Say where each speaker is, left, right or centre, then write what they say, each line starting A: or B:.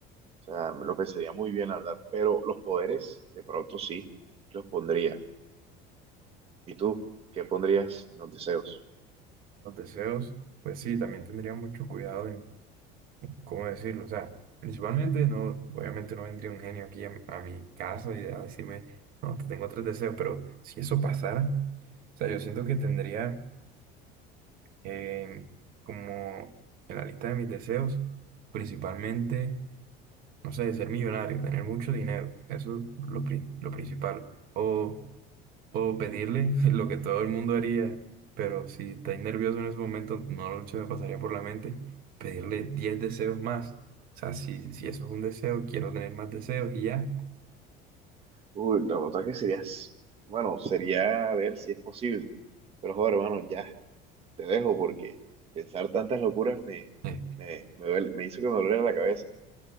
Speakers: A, on the right; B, on the right.
A: sea, me lo pensaría muy bien, la verdad, pero los poderes, de pronto sí, los pondría. ¿Y tú? ¿Qué pondrías en los deseos?
B: Los deseos, pues sí, también tendría mucho cuidado ¿cómo decirlo? O sea, principalmente no, obviamente no vendría un genio aquí a, a mi casa y a decirme, no, te tengo tres deseos, pero si eso pasara, o sea, yo siento que tendría eh, como en la lista de mis deseos, principalmente, no sé, ser millonario, tener mucho dinero, eso es lo, pri- lo principal, o o pedirle <laughs> lo que todo el mundo haría, pero si estáis nervioso en ese momento, no se me pasaría por la mente pedirle 10 deseos más. O sea, si, si eso es un deseo, quiero tener más deseos y ya.
A: Uy, la otra que sería, s- bueno, sería ver si es posible. Pero joder, hermano, ya te dejo porque pensar tantas locuras me,
B: <laughs>
A: me, me duele- me hizo que me doliera la cabeza.